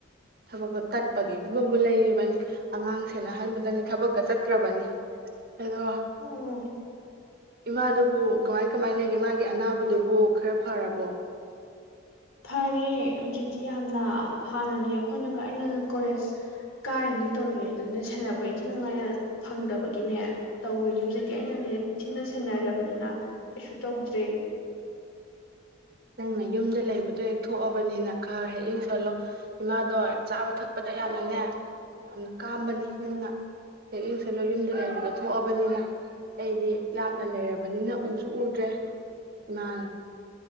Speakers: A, on the right; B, on the left.
A: ꯊꯕꯛꯀ ꯀꯠꯄꯒꯤ ꯐꯤꯕꯝꯕꯨ ꯂꯩꯔꯤꯕꯅꯤ ꯑꯉꯥꯡꯁꯦꯅ ꯍꯟꯕꯗꯅꯦ ꯊꯕꯛꯀ ꯆꯠꯇ꯭ꯔꯕꯅꯤ ꯑꯗꯣ
B: ꯑꯣ
A: ꯏꯃꯥꯗꯨꯕꯨ ꯀꯃꯥꯏ ꯀꯃꯥꯏ ꯂꯩꯒꯦ ꯃꯥꯒꯤ ꯑꯅꯥꯕꯗꯨꯕꯨ ꯈꯔ ꯐꯔꯕꯣ
B: ꯐꯔꯦ ꯍꯧꯖꯤꯛꯇꯤ ꯌꯥꯝꯅ ꯍꯥꯟꯅꯗꯤ ꯑꯩꯈꯣꯏꯅꯒ ꯑꯩꯅ ꯀꯣꯂꯦꯖ ꯀꯥꯔꯤꯉꯩ ꯇꯧꯔꯤꯉꯩ ꯑꯗꯨꯅ ꯁꯦꯟꯅꯕ ꯏꯟꯊꯤ ꯅꯨꯡꯉꯥꯏꯅ ꯐꯪꯗꯕꯒꯤꯅꯦ ꯇꯧꯋꯅꯦ ꯍꯧꯖꯤꯛꯇꯤ ꯑꯩꯅꯅꯦ ꯏꯟꯊꯤꯅ ꯁꯦꯟꯅꯖꯕꯅꯤꯅ ꯀꯩꯁꯨ ꯇꯧꯗ꯭ꯔꯦ
A: ꯅꯪꯅ ꯌꯨꯝꯗ ꯂꯩꯕꯗꯣ ꯍꯦꯛ ꯊꯣꯛꯑꯕꯅꯤꯅ ꯈꯔ ꯍꯦꯛ ꯏꯡ ꯁꯜꯂꯣ ꯏꯃꯥꯗꯣ ꯆꯥꯕ ꯊꯛꯄꯗ ꯌꯥꯝꯅꯅꯦ ꯌꯥꯝꯅ ꯀꯥꯝꯕꯅꯤ ꯅꯪꯅ ꯍꯦꯛ ꯏꯡ ꯁꯜꯂꯣ ꯌꯨꯝꯗ ꯂꯩꯕꯗꯣ ꯊꯣꯛꯑꯕꯅꯤꯅ ꯑꯩꯗꯤ ꯂꯥꯞꯅ ꯂꯩꯔꯕꯅꯤꯅ ꯎꯁꯨ ꯎꯗ꯭ꯔꯦ ꯏꯃꯥ